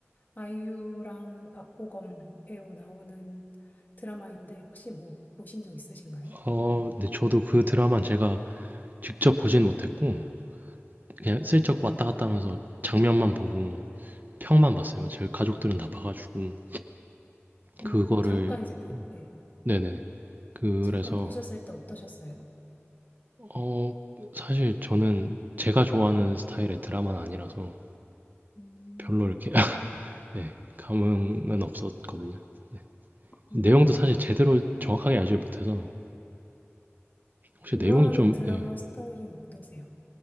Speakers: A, on the left; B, on the right.
A: 아이유랑 박보검 배우 나오는 드라마인데, 혹시 뭐 보신 적 있으신가요?
B: 어, 네, 저도 그 드라마는 제가 직접 보진 못했고, 그냥 슬쩍 왔다 갔다 하면서 장면만 보고, 평만 봤어요. 제 가족들은 다 봐가지고,
A: 음,
B: 그거를,
A: 잠깐 이제 보, 네.
B: 네네. 그래서,
A: 잠깐 보셨을 때 어떠셨어요?
B: 어, 사실 저는 제가 좋아하는 스타일의 드라마는 아니라서
A: 음,
B: 별로 이렇게, <laughs> 네, 감흥은 없었거든요. 네. 내용도
A: 음.
B: 사실 제대로 정확하게 알지 못해서, 혹시
A: 좋아하는
B: 내용이 좀,
A: 드라마
B: 네,
A: 스타일은 어떠세요?